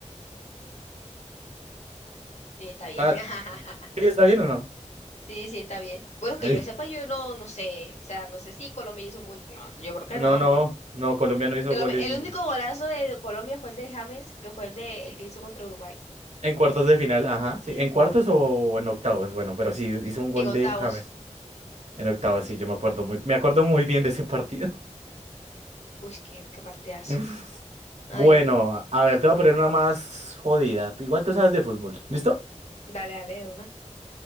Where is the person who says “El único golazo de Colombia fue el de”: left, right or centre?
Left